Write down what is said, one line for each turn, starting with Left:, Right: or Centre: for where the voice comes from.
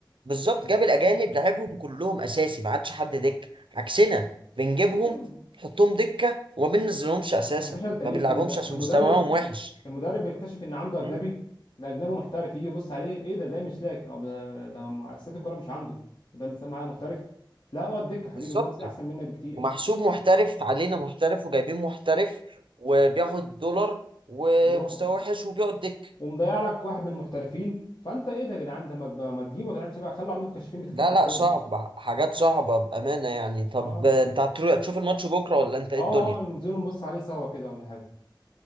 Right: بالظبط جاب الاجانب لعبهم كلهم اساسي ما عادش حد دكه عكسنا بنجيبهم
Left: ايوه
Right: نحطهم دكه وما بننزلهمش اساسا
Left: آه، يا باشا انت ليه
Right: ما بنلعبهمش
Left: كل ده
Right: عشان
Left: المدرب
Right: مستواهم وحش
Left: المدرب بيكتشف ان عنده اجنبي
Right: م?
Left: ده اجنبي محترف يجي يبص عليه ايه ده زي مشلاك أه ده ده اساسات الكوره مش عنده ده متسمى عليه محترف لا اقعد دكه حبيبي
Right: بالظبط
Left: المصري احسن منك بكتير
Right: ومحسوب محترف علينا محترف وجايبين محترف وبياخد دولار ومستوى
Left: و...
Right: وحش وبيقعد دك
Left: ومضيع لك واحد من المحترفين فانت ايه ده يا جدعان ده ما تب- ما تجيبوا يا جدعان شباب خلوا عندكم كشافين بتفهم
Right: لا
Left: في
Right: لا
Left: الكوره
Right: صعبة حاجات صعبة بأمانة يعني طب
Left: اه
Right: انت هترو- هتشوف الماتش بكرة ولا انت ايه
Left: اه
Right: الدنيا
Left: اه ننزلوا نبص عليه سوا كده ولا حاجة